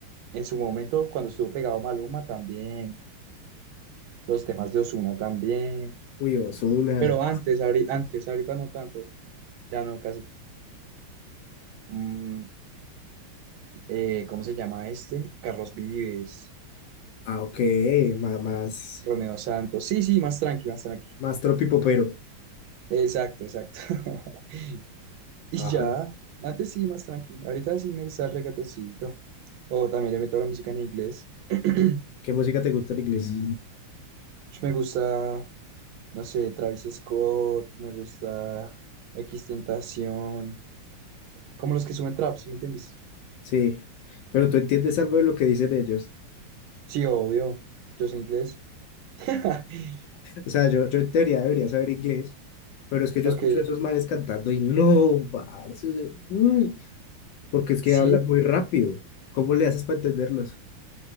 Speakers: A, on the right; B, on the left.
A: en su momento, cuando estuvo pegado Maluma también, los temas de Ozuna también,
B: Uy, Ozuna,
A: pero antes, ahori- antes, ahorita no tanto, ya no casi. Mm, eh, ¿cómo se llama este? Carlos Vives,
B: ah, ok, ma- más,
A: Romeo Santos. Sí, sí, más tranqui, más tranqui.
B: más tropipopero.
A: Exacto, exacto. <laughs> Y
B: Ah,
A: ya, antes sí, más tranqui. Ahorita sí me gusta el reggaetoncito. O también le meto la música en inglés. <clears throat>
B: ¿qué música te gusta en inglés?
A: Me gusta No sé, Travis Scott, me gusta Tentación, como los que suben trap, ¿sí me entiendes?
B: Sí, pero tú entiendes algo de lo que dicen ellos.
A: Sí, obvio, yo soy inglés. <laughs>
B: O sea, yo, yo en teoría debería saber inglés, pero es que yo
A: Ok,
B: escucho a esos manes cantando y no, parce, o sea, uy, porque es
A: sí,
B: que hablan muy rápido. ¿Cómo le haces para entenderlos?